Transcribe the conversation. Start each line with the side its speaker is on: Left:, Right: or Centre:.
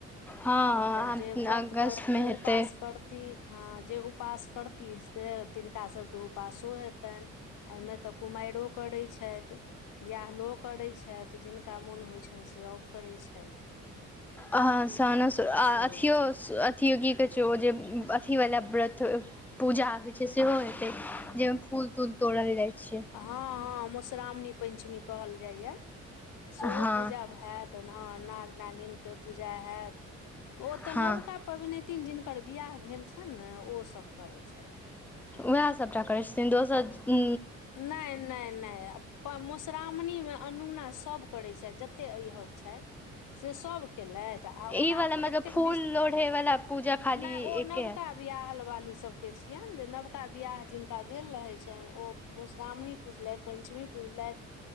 Centre: हँ
Left: ह त जे व्रत
Centre: अगस्तमे
Left: करती
Centre: हेतै
Left: उपास करती ह जे उपास करती से तिनका सभके उपास सुरु हेतैन। एहिमे तऽ कुमैरो करै छैथ। बियाहलो करै छै, जिनका मोन होइ छैन सभ करै छै।
Centre: अहा सन स आ
Left: से
Centre: अथियो अथियो की कहै छै, ओ जे अथीवला व्रत पूजा होइ छै सेहो हेतै, जैयमे फूल- तूल तोड़ल जाइ छै
Left: ह- ह मोश्रामणी पैनचमी कहल जाइये, सेहो
Centre: हँ
Left: पूजा हेत। तहन ह - ह नाग - नागिन के पूजा हेत। ओ
Centre: हँ
Left: तऽ नबका पबनैतिन जिनकर बियाह भेल छैन ने, ओ सब करै छैथ।
Centre: उएहे सभटा करै छथिन, दोसर उ
Left: नै - नै - नै अप मोश्रामणीमे अनूना सब करै छैथ जते ऐहब छै। से सब केलैथ, आ ओना
Centre: ई वाला मतलब
Left: एतेक
Centre: फूल
Left: बिस
Centre: लोढ़े वाला पूजा खाली
Left: नै ओ
Centre: एके
Left: नबका बियाहल वाली सब के छियेन, जे नवका बियाह जिनका भेल रहै छैन, ओ मोश्रामणी पूजलैथ, पेंचमी पूजलैथ।